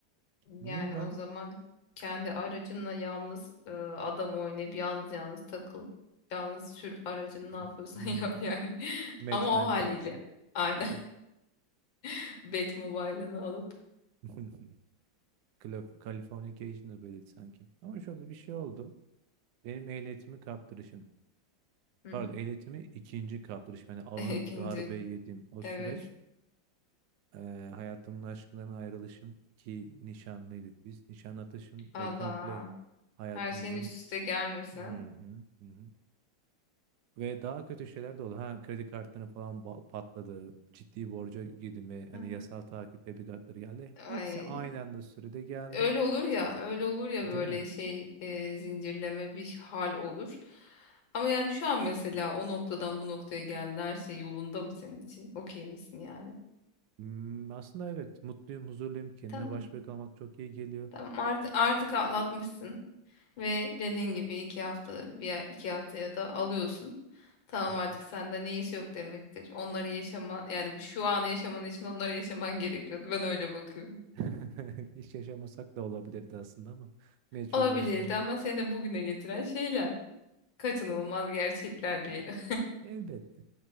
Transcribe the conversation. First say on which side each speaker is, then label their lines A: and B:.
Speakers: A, on the left (about 75°); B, on the right (about 75°).
A: Yani
B: Bunun ben
A: o zaman kendi aracınla yalnız e, adam oynayıp yalnız yalnız takıl. Yalnız sür aracını ne yapıyorsan
B: <laughs>
A: <laughs> yap yani. <laughs>
B: Batman
A: Ama o haliyle.
B: tarzı.
A: Aynen.
B: E,
A: <laughs> Batmobile'ını alıp.
B: <laughs> Calif- Californication'da böyleydi sanki. Ama şöyle bir şey oldu. Benim ehliyetimi kaptırışım.
A: Hı.
B: Pardon ehliyetimi ikinci kaptırışım. Yani ağır
A: <laughs> İkinci.
B: darbe yedim. O süreç
A: Evet.
B: e, hayatımın aşkından ayrılışım ki nişanlıydık biz. Nişan atışım
A: Allah.
B: ve komple hayatımızın
A: Her şeyin üst üste gelmesi.
B: Hı hı,
A: ha?
B: hı hı. Ve daha kötü şeyler de oldu. Ha kredi kartları falan ba- patladı. Ciddi borca girdim ve hani
A: Hı.
B: yasal takip tebligatları geldi.
A: Ay.
B: Hepsi aynı anda sürede geldi.
A: Öyle olur ya, öyle olur ya
B: Değil
A: böyle
B: mi?
A: şey e, zincirleme bir hal olur. Ama yani şu an mesela o noktadan bu noktaya geldin her şey yolunda mı senin için? Okey misin yani?
B: Hmm, aslında evet mutluyum, huzurluyum. Kendine
A: Tamam.
B: baş başa kalmak çok iyi geliyor.
A: Tamam artık, artık atlatmışsın ve dediğin gibi iki hafta bir ay- iki haftaya da alıyorsun. Tamam
B: Hı hı.
A: artık senden iyisi yok demektir. Onları yaşaman yani bu- şu an yaşaman için onları yaşaman <laughs> gerekiyordu. Ben öyle bakıyorum.
B: <laughs> Hiç yaşamasak da olabilirdi aslında ama mecbur
A: Olabilirdi
B: yaşandı.
A: ama seni de bugüne getiren şeyler. Kaçınılmaz gerçekler diyelim.
B: Elbette.